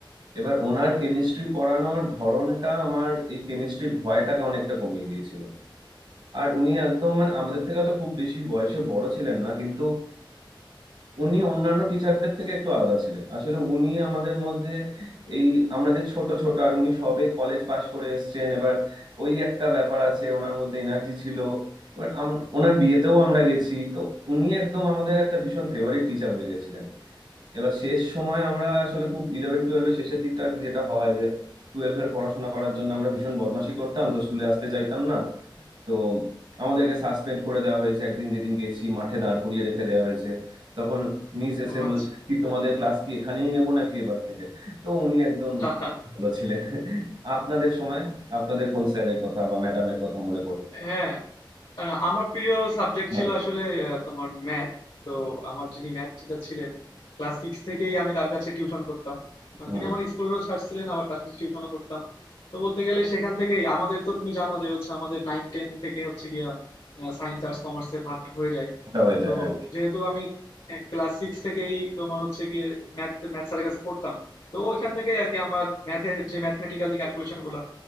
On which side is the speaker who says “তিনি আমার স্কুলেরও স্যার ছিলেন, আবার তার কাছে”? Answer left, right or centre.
Left